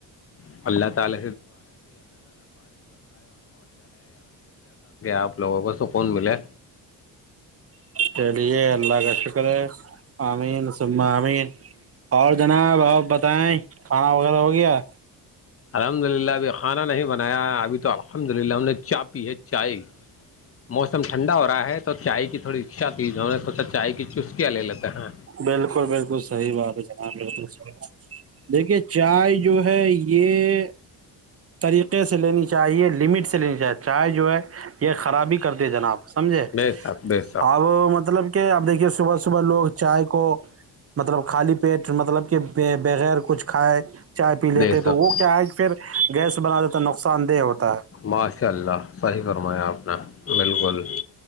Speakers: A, on the left (about 35°); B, on the right (about 35°).
A: <unintelligible> ہ تاک آپ لوگوں کوس کو کون ملے
B: چلیے اللہ کا شکر ہے امین سم امین اور جناب آپ بتائیں کھانا وغیرہ ہو گیا
A: الحمد للہ ابھی کھانا نہیں بنایا ہے ابھی تو الحمد للہ ہم نے چا پی ہے چائے موسم ٹھنڈا ہو رہا ہے تو چائے کی تھوڑی اچھا تیز ہے انیں سوچا چائے کی چسکیاں لے لیتے ہیں
B: بالکل بالکل صحیح بات ہے جناب بالکلحیحات دیکھیے چائے جو ہے یہ طریقے سے لینی چاہیے لمٹ سے لینی چاہیے چائے جو ہے یہ خرابی کر د جناب سمجھے
A: بے شک بے شک
B: اب مطلب کہ آب دیکھیے صبح صبح لوگ چائے کو مطلب خالی پیٹ مطلب کہ بغیر کچھ کھائے چائے پی لیتے
A: بے
B: ہیں تو
A: شک
B: وہ کیا ہے کہ پھر گیس بنا دیتا نقصان دہ ہوتا ہے
A: ماشاء اللہ صحیح فرمایا آپ نے بالکل